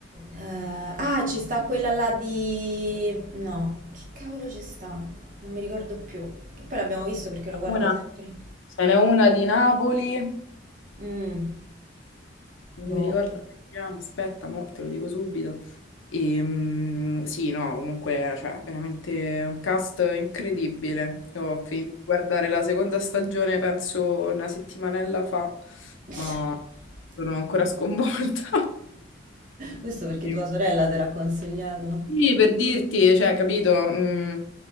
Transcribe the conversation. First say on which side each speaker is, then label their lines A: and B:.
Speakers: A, on the right; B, on the left.
A: Eh, ah, ci sta quella là di... No, che cavolo ci sta? Non mi ricordo più. Che poi l'abbiamo visto perché lo guardo
B: Una,
A: sempre.
B: ce n'è una di Napoli,
A: Mm,
B: non
A: boh.
B: mi ricordo come si chiama, aspetta, mo te lo dico subito. E, mm, sì, no, comunque, cioè, veramente un cast incredibile. Io ho finito di guardare la seconda stagione, penso una settimanella fa,
A: <laughs>
B: ma sono ancora sconvolta. <laughs>
A: Questo perché
B: Sì.
A: tua
B: ma-
A: sorella te l'ha consigliato.
B: Sì, per dirti, cioè, capito? Mm,